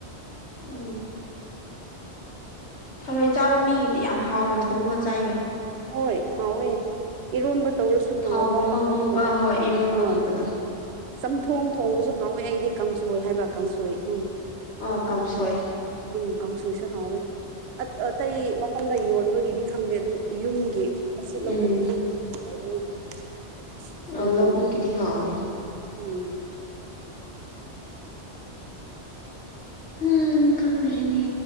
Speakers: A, on the left; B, on the right.
A: ꯎꯝ ꯊꯔꯣꯏ ꯆꯥꯕ ꯃꯤꯒꯤꯗꯤ ꯌꯥꯝ ꯍꯥꯎꯅ ꯊꯣꯡꯉꯒ ꯆꯥꯏꯌꯦ
B: ꯍꯣꯏ ꯍꯥꯎꯋ‌ꯦ ꯏꯔꯣꯟꯕ ꯇꯧꯔꯁꯨ ꯍꯥꯎꯕ
A: ꯊꯥꯎꯒꯨꯝꯕ ꯉꯧꯕ
B: ꯑꯗꯨꯒ
A: ꯍꯣꯏ ꯏꯔꯣꯟꯕꯒꯨꯝꯕꯗꯣ
B: ꯑꯥ ꯆꯝꯊꯣꯡ ꯊꯣꯡꯕꯁꯨ ꯍꯥꯎꯋꯦ ꯑꯩꯗꯤ ꯀꯥꯡꯁꯣꯏ ꯍꯥꯏꯕ ꯀꯥꯡꯁꯣꯏ ꯎꯝ
A: ꯑ ꯀꯥꯡꯁꯣꯏ
B: ꯎꯝ ꯀꯥꯡꯁꯣꯏꯁꯨ ꯍꯥꯎꯋ‌ꯦ ꯑ ꯑꯇꯩ ꯃꯐꯝꯗ ꯌꯣꯟꯕꯒꯤꯗꯤ ꯈꯪꯗꯦ ꯑꯗꯨ ꯌꯨꯝꯒꯤ ꯑꯁꯤ ꯂꯧꯕꯨꯛꯇꯨꯗꯤ
A: ꯎꯝ
B: ꯑꯗꯨꯝ ꯍꯥꯎꯕꯅ‌ꯦ ꯑꯁ ꯆꯝꯊ‌ꯣꯡꯗ
A: ꯑ ꯂꯧꯕꯨꯛꯀꯤꯗꯤ
B: <unintelligible>
A: ꯍꯥꯎꯋꯦ
B: ꯎꯝ
A: ꯎꯝ ꯈꯪꯗ꯭ꯔꯦꯅꯦ